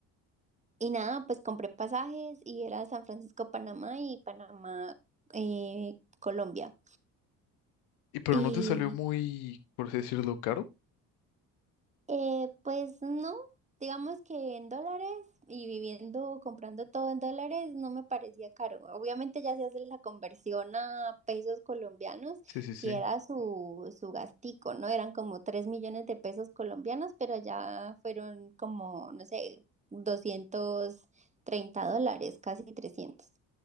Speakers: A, on the right; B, on the left.
A: y nada, pues compré pasajes y era San Francisco, Panamá y Panamá, eh, Colombia.
B: Y pero
A: Y,
B: no te salió muy, por así decirlo, caro.
A: Eh, pues no, digamos que en dólares y viviendo, comprando todo en dólares, no me parecía caro. Obviamente ya se hace la conversión a pesos colombianos,
B: Sí, sí,
A: si
B: sí.
A: era su, su gastico, ¿no? Eran como 3 millones de pesos colombianos, pero ya fueron como, no sé, doscientos treinta dólares, casi 300.